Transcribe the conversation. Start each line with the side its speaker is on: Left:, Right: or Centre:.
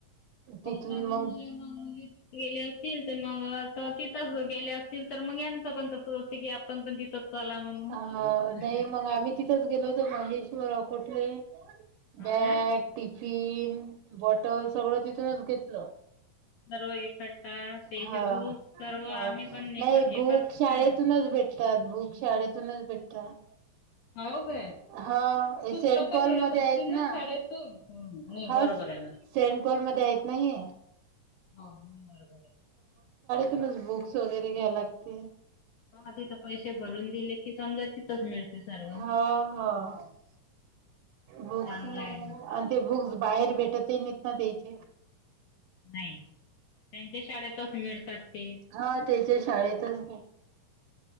Left: हो
Right: तिथून
Left: सर्व
Right: मग
Left: मुलेली गेले असतील तर मंग तर तिथच गेले अस तर मगचं पण तस की आपण पण ति तत्वा आला म्हणून
Right: अ नाही मग आम्ही तिथंच गेलो महेश्वर अकोठले
Left: हो
Right: बॅग
Left: ना
Right: टि फीन बॉटल सगळं तिथूनच घेतलं
Left: सर्व इकट्ठा त्याचे
Right: हा
Left: बुक सर्व आम्ही
Right: हा
Left: पण एक
Right: नाही
Left: एकत्र
Right: बुक शाळेत
Left: करतो.
Right: ूनच भेटतात बुक शाळेतूनच भेटतात
Left: हो काय
Right: हा
Left: पुस्तकं
Right: सेंट पॉल
Left: मिळत
Right: मध्ये
Left: असतील
Right: आहेत ना
Left: शाळेतून? हम्म नाही
Right: ह
Left: बरोबर आहे मॅम.
Right: सेंट पॉल म ेत नाही
Left: हा मंग बरोबर आहे
Right: बुक्स वगैरे घ लागते ह
Left: हो तिथ पैसे भरून दिले की समजा तिथंच मिळते सर्व.
Right: हा ह बस
Left: चांगला
Right: आणि
Left: आहे ना.
Right: ते बुक्स बाहेर भेटतनत ना त्यायचे
Left: नाही त्यांच्या शाळेतस मिळतात ते
Right: हा त्याच्या शाळेतच